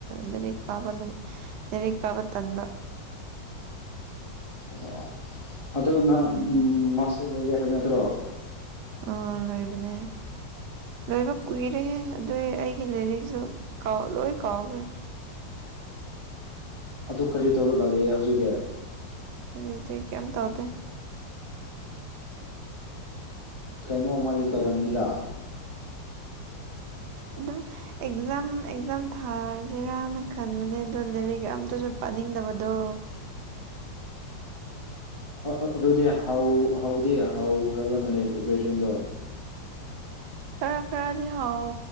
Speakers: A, on the right; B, on the left.
A: ꯂꯥꯏꯔꯤꯛ ꯄꯥꯕ ꯅꯨꯡꯂꯥꯏꯔꯤꯛ ꯄꯥꯕ ꯇꯟꯕ
B: ꯑꯣ ꯑꯗꯨ ꯅꯪ
A: ꯎꯝ
B: ꯃꯥꯁꯇꯔ ꯂꯣꯢꯔꯦ ꯍꯥꯏꯕ ꯅꯠꯇ꯭ꯔꯣ
A: ꯑ ꯂꯣꯏꯕꯅꯦ ꯂꯣꯏꯕ ꯀꯨꯏꯔꯦ ꯍꯦ ꯑꯗꯨ ꯑꯩꯒꯤ ꯂꯥꯏꯔꯤꯛꯁꯨ ꯀꯥꯎ ꯂꯣꯏ ꯀꯥꯎꯈ꯭ꯔꯦ
B: ꯑꯗꯨ ꯀꯔꯤ ꯇꯧꯔꯒ ꯂꯩꯌꯦ ꯍꯧꯖꯤꯛꯗꯤ
A: ꯍꯧꯖꯤꯛꯇꯤ ꯀꯩꯝ ꯇꯧꯗꯦ
B: ꯀꯩꯅꯣꯝꯃꯗꯤ ꯇꯧꯔꯝꯅꯤꯗ
A: ꯑꯗꯨꯝ ꯑꯦꯛꯖꯥꯝ ꯑꯦꯛꯖꯥꯝ ꯊꯥꯔꯁꯤꯔꯅ ꯈꯟꯕꯅꯦ ꯑꯗꯣ ꯂꯥꯏꯔꯤꯛ ꯑꯝꯇꯁꯨ ꯄꯥꯅꯤꯡꯗꯕꯗꯣ
B: ꯑ ꯑꯗꯨꯗꯤ ꯍꯧꯗꯤ ꯍꯧꯈ꯭ꯔꯕ ꯃꯥꯜꯂꯦ ꯄ꯭ꯔꯤꯄꯦꯔꯦꯁꯟꯗꯣ
A: ꯈꯔꯥ ꯈꯔꯥꯗꯤꯍꯥꯎ